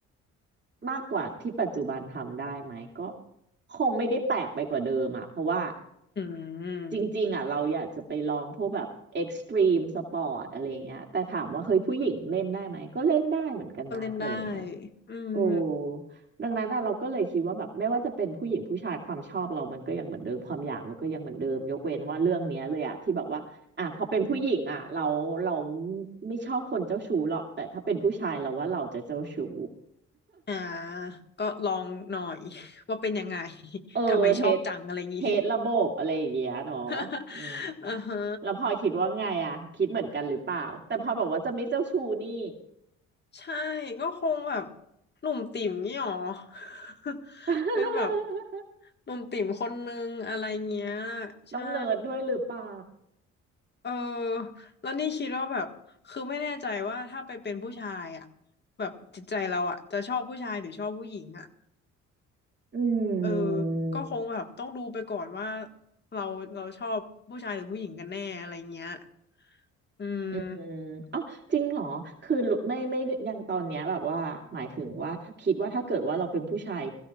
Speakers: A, on the right; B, on the left.
A: มากกว่าที่ปัจจุบันทำได้ไหมก็คงไม่ได้แปลกไปกว่าเดิมอ่ะเพราะว่า
B: อืม
A: จริงๆอ่ะเราอยากจะไปลองพวกแบบเอ็กซ์ตรีมสปอร์ตอะไรอย่างเงี้ยแต่ถามว่าเฮ้ยผู้หญิงเล่นได้ไหมก็เล่นได้เหมือนกันนะอะไรอย่างเงี้ย
B: ก็เล่นได้ อืม
A: โอ้ดังนั้นอะเราก็เลยคิดว่าแบบไม่ว่าจะเป็นผู้หญิงผู้ชายความชอบเรามันก็ยังเหมือนเดิมความอยากเราก็ยังเหมือนเดิมยกเว้นว่าเรื่องเนี้ยเลยอะที่แบบว่าอ่ะพอเป็นผู้หญิงอะเราเราไม่ชอบคนเจ้าชู้หรอกแต่ถ้าเป็นผู้ชายเราว่าเราจะเจ้าชู้
B: อ่า ก็ลองหน่อย <laughs> ว่าเป็นยังไง <laughs>
A: เออเทส
B: ทำไมชอบจังอะไรอย่างงี้
A: เทสระบบอะไรอย่างเงี้ยเนาะ
B: <laughs>
A: อืม
B: อือฮะ
A: แล้วพลอยคิดว่าไงอะคิดเหมือนกันหรือเปล่าแต่พลอยบอกว่าจะไม่เจ้าชู้นี่
B: ใช่ ก็คงแบบหนุ่มติ่มนี่หรอ <laughs>
A: <laughs>
B: เป็นแบบหนุ่มติ่มคนนึงอะไรเงี้ย
A: ต้องเนิร์ดด้วยหรือเปล่า
B: ใช่ เออแล้วนี่คิดว่าแบบคือไม่แน่ใจว่าถ้าไปเป็นผู้ชายอ่ะแบบจิตใจเราอ่ะจะชอบผู้ชายหรือชอบผู้หญิงอ่ะ
A: อื
B: เออ
A: ม
B: ก็คงแบบต้องดูไปก่อนว่าเราเราชอบผู้ชายหรือผู้หญิงกันแน่อะไรเงี้ยอืม
A: อืมอ๋อจริงเหรอคือรู้ไม่ไม่ยังตอนเนี้ยแบบว่าหมายถึงว่าถ้าคิดว่าถ้าเกิดว่าเราเป็นผู้ชาย